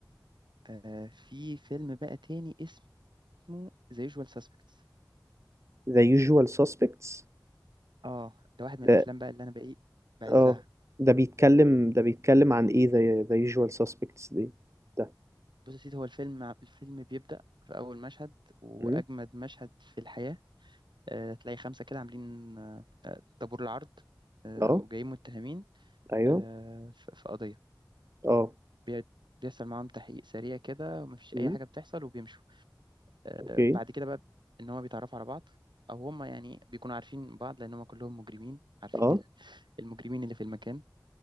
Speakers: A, on the right (about 80°); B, on the right (about 40°).
A: آه، في فيلم بقى تاني اسمه ذا يوجوال ساسبكتس
B: The Usual Suspects
A: اه ده واحد من
B: ده
A: الأفلام بقى اللي أنا بقى إيه بعزها
B: اه ده بيتكلم ده بيتكلم عن ايه The, The Usual Suspects دي ده
A: بص يا سيدي هو الفيلم الفيلم بيبدأ في أول مشهد وأجمد
B: أمم،
A: مشهد في الحياة آه، تلاقي خمسة كده عاملين آه، آه، طابور العرض آه،
B: اه
A: وجايين متهمين
B: ايوه
A: آه، في في قضية
B: اه
A: بي- بيحصل معاهم تحقيق سريع كده ومفيش
B: أمم،
A: أي حاجة بتحصل وبيمشوا آه،
B: اوكي
A: بعد كده بقى إن هما بيتعرفوا على بعض أو هما يعني بيكونوا عارفين بعض لأن هما كلهم مجرمين عارفين
B: اه
A: ال- المجرمين اللي في المكان